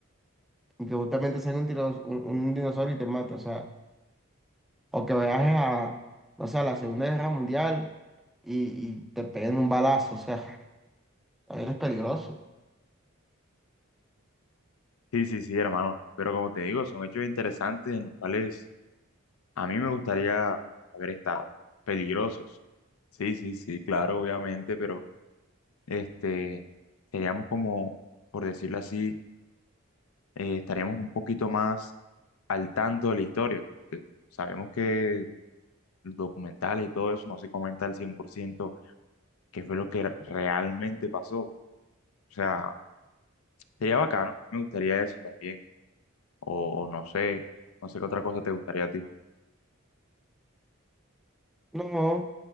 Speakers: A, in the centre; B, on the left.
A: y que justamente salga un, tiros- un, un dinosaurio y te mata, o sea. o que veas a, no sé, a la Segunda Guerra Mundial y, y te peguen un balazo, o sea, también es peligroso.
B: Sí, sí, sí, hermano, pero como te digo, son hechos interesantes en los cuales a mí me gustaría haber estado, peligrosos. Sí, sí, sí, claro, obviamente, pero... este, seríamos como, por decirlo así, eh, estaríamos un poquito más al tanto de la historia. porque Sabemos que los documentales y todo eso no se comenta al 100% qué fue lo que re- realmente pasó. O sea, sería bacano, me gustaría eso también. O o no sé, no sé qué otra cosa te gustaría a ti.
A: No,